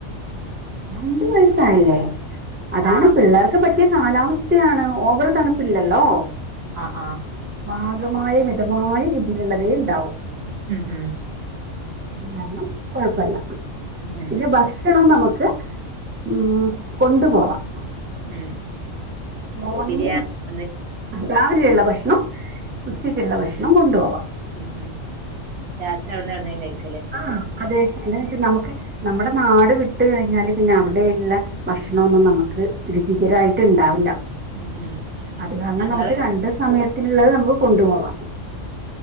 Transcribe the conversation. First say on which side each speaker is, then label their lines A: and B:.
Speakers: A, on the right (about 15°); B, on the right (about 60°).
A: രണ്ട് വയസായല്ലേ അതാണ്
B: ആഹ്
A: പിള്ളേർക്ക് പറ്റിയ കാലാവസ്ഥയാണ് ഓവറ് തണുപ്പില്ലല്ലോ
B: ആഹ് ആഹ്
A: പാകമായ മിതമായ രീതിയിലുള്ളതേ ഉണ്ടാവും
B: ഉം ഉം
A: അത് കാരണം കുഴപ്പല്ല
B: ഉം
A: പിന്നെ ഭക്ഷണം നമുക്ക് ഉം കൊണ്ടുപോവാം
B: ഉം
A: മോണിങ്ങിന്
B: ബിരിയാണി ഒന്ന്
A: രാവിലെയുള്ള ഭക്ഷണം ഉച്ചക്കുള്ള
B: ഉം
A: ഭക്ഷണം കൊണ്ടു പോവാം
B: ഉം ഉം രാത്രി അവിടന്ന് എവ്ട്ന്നേം കഴിക്കും
A: ആഹ അതെ എന്താന്ന് വെച്ചാ നമുക്ക് നമ്മുടെ നാട് വിട്ട കഴിഞ്ഞാല് പിന്നെ അവിടെയുള്ള ഭക്ഷണൊന്നും
B: ഉം
A: നമുക്ക് രുചികരായിട്ട് ഉണ്ടാവില്ല
B: ഉം ഉം
A: അത് കാരണം
B: ഞങ്ങള്
A: നമുക്ക് രണ്ട് സമയത്തിലുള്ളത് നമുക്ക് കൊണ്ടുപോവാം